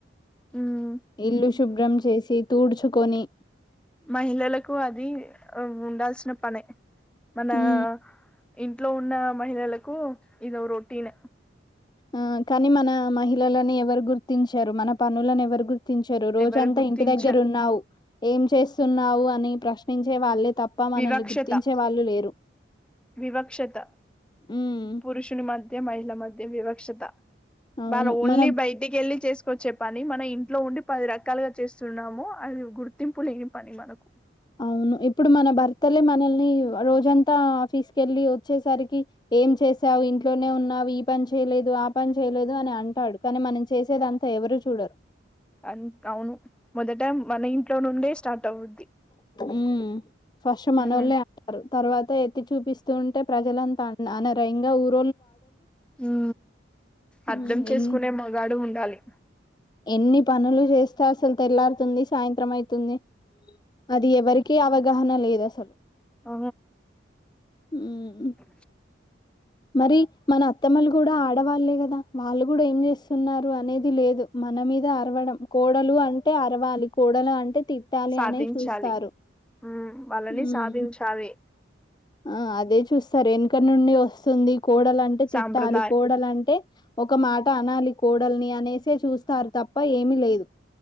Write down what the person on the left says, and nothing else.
ఇల్లు శుభ్రం చేసి, తూడుచు కొనీ
ఉమ్
ఆ కానీ మనా మహిళని ఎవరు గుర్తించరు. మన పనులను ఎవరు గుర్ ర్తించరు, రోజంతా
ఇంటి దగ్గర ఉన్నావు ఏం చేస్తున్నావు అని ప్రశ్నించే వాళ్ళే తప్ప మనల్ని
గుర్తించే వాళ్ళు లేరు
ఉమ్
అవును
మన
అవును ఇప్పుడు మన భర్తలే మనల్ని, రోజంతా ఆఫీస్కి వెళ్ళి వచ్చేసరికి, ఏం చేసావు ఇంట్లోనే ఉన్నావు, ఈ పని చేయలేదు, ఆ పని చేయలేదు అని అంటాడు. కానీ మనం చేసేదంతా ఎవరు చూడరు.
ఊ ఫస్ట్ మనోలే
అంటారు. తర్వాత ఎత్తి చూపిస్తూ ఉంటే. ప్రజలంతా అనరా ఇంగా ఊర్
మ్మ్
ఎన్
ఎన్నీ పనులు చేస్తే అసల్ తెల్లారుతుంది. సాయంత్రం అయితుంది. అది ఎవరికిీ అవగాహన లేద్ అసల్ సలు
మ్మ్
మరి మన అత్తమ్మలు కూడా ఆడవాళ్ళే కదా వాళ్ళు కూడా ఏం చేస్తున్నారు అనేది లేదు మన మీద అరవడం కోడలు అంటే అరవాలి కోడల అంటే తిట్టాలి
అనే చూస్తారు
మ్మ్
ఆ అదే చూస్తారు వెనక నుండి వస్ స్తుంది కోడలంటే తిట్టాలి
కోడలుంటే ఒక మాట అనాలి కోడలిని అనేసే చూస్తారు తప్ప ఏమి లేదు